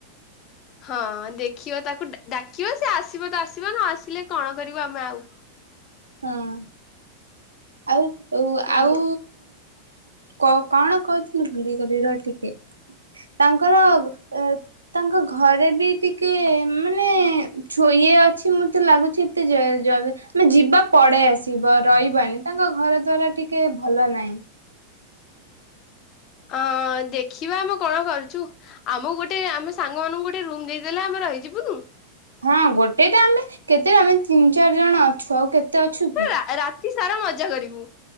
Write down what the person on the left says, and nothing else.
ହଁ ଦେଖିବ ତାକୁ ଡା ଡ଼ା ଦେଖିବା ସେ ଆସିବ ତ ଆସିବ ନ ଆସିଲେ କଣ କରିବୁ ଆମେ ଆଉ।
ହୁଁ
ଅ ଦେଖିବା ଆମେ କଣ କରୁଛୁ ଆମକୁ ଗୋଟେ ଆମ ସାଙ୍ଗ ମାନଙ୍କୁ ଗୋଟେ ରୁମ ଦେଇଦେଲେ ଆମେ ରହିଯିବୁନୁ?
ରା ରାତି ସାରା ମଜା କରିବୁ।